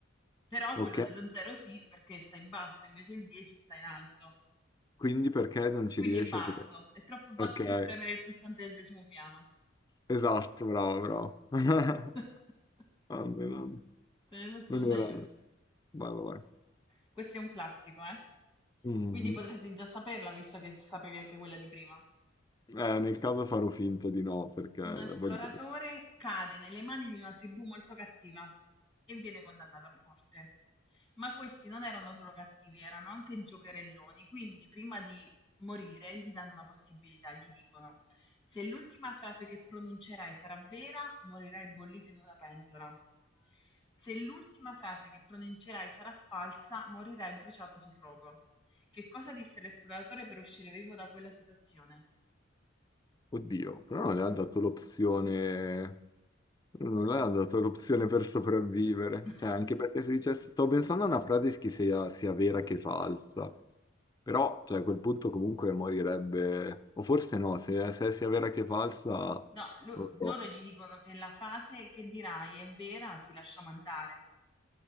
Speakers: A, in the centre; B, on the left.
A: però
B: Ok,
A: quello dello 0 sì, perché sta in basso, invece il 10 sta in alto.
B: quindi perché non ci
A: Quindi
B: riesce?
A: è basso,
B: Perché-
A: è troppo basso
B: Ok,
A: per premere il pulsante del decimo piano.
B: esatto, bravo, bravo. <laughs>
A: <laughs>
B: Grande, grande.
A: Te ne faccio
B: Non
A: una
B: era...
A: io.
B: Vai, vai, vai.
A: Questo è un classico, eh?
B: Mhm.
A: Quindi potresti già saperla, visto che sapevi anche quella di prima.
B: Eh, nel caso farò finta di no, perché
A: Un esploratore
B: voglio...
A: cade nelle mani di una tribù molto cattiva e viene condannato a morte. Ma questi non erano solo cattivi, erano anche giocherelloni, quindi prima di morire gli danno una possibilità, gli dicono se l'ultima frase che pronuncerai sarà vera, morirai bollito in una pentola. Se l'ultima frase che pronuncerai sarà falsa, morirai bruciato sul rogo. Che cosa disse l'esploratore per uscire vivo da quella situazione?
B: Oddio, però non le ha dato l'opzione, non le ha dato l'opzione per sopravvivere,
A: <laughs>
B: cioè anche perché se dicesse, stavo pensando a una frase che sia, sia vera che falsa, però cioè, a quel punto comunque morirebbe, o forse no, se, se sia vera che falsa, non
A: No, lo-
B: lo
A: loro
B: so.
A: gli dicono se la frase che dirai è vera, ti lasciamo andare.